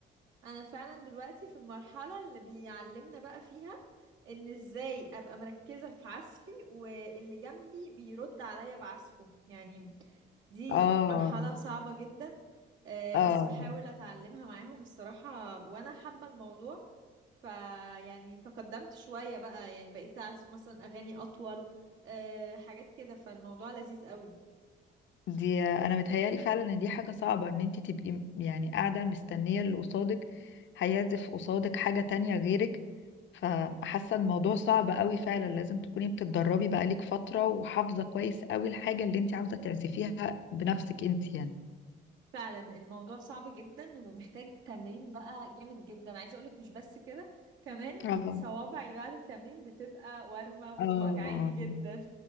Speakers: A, on the right; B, on the left.
A: انا فعلا دلوقتي في المرحلة اللي بيعلمنا بقى فيها ان ازاي ابقى مركزة في عزفي واللي جنبي بيرد عليا بعزفه يعني دي
B: اه
A: مرحلة صعبة جدا آه،
B: اه
A: بس بحاول اتعلمها معاهم الصراحة وانا حابة الموضوع فيعني تقدمت شوية بقى يعني بقيت اعزف مثلا اغاني اطول آه، حاجات كده فالموضوع لذيذ قوي
B: دي انا متهيالي فعلا ان دي حاجة صعبة ان انت تبقي م- يعني قاعدة مستنية اللي قصادك هيعزف قصادك حاجة تانية غيرك فحاسة الموضوع صعب قوي فعلا لازم تكوني بتتدربي بقالك فترة وحافظة كويس قوي الحاجة اللي انت عاوزة تعزفيها بنفسك انت يعني
A: فعلا الموضوع صعب جدا ومحتاج تمرين بقى جامد جدا عايزه اقولك مش بس كده كمان
B: اه
A: صوابعي بعد التمرين بتبقى وارمه ووجعاني
B: اه
A: جدا